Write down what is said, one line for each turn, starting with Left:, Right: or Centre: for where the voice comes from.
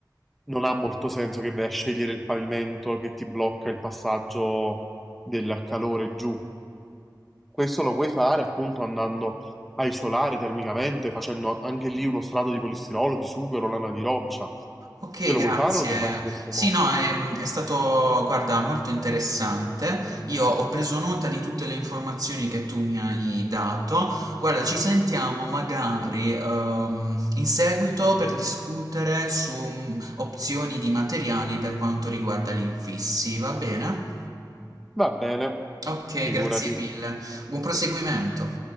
Centre: non ha molto senso che vai a scegliere il pavimento che ti blocca il passaggio del calore giù. Questo lo puoi fare appunto andando a isolare termicamente, facendo anche lì uno strato di polistirolo, di sughero, lana di roccia.
Right: Ok,
Centre: Se lo
Right: grazie.
Centre: vuoi fare, lo devi fare in questo
Right: Sì,
Centre: modo.
Right: no, è, è stato, guarda, molto interessante. Io ho preso nota di tutte le informazioni che tu mi hai dato. Guarda, ci sentiamo magari ehm, in seguito per discutere su mm, opzioni di materiali per quanto riguarda gli infissi, va bene?
Centre: Va bene,
Right: Ok,
Centre: figurati.
Right: grazie mille. Buon proseguimento.